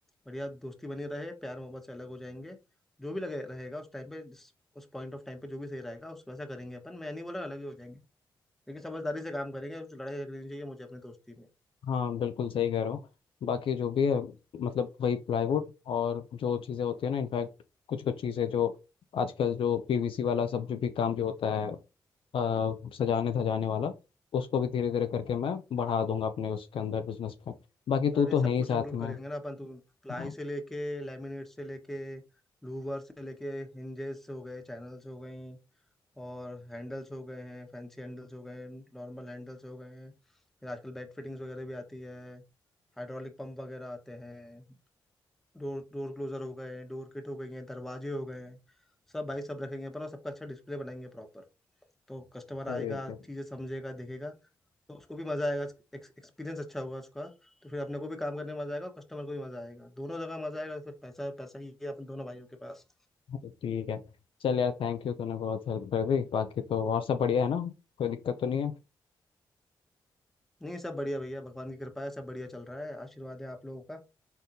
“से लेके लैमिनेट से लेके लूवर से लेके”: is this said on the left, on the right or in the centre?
Centre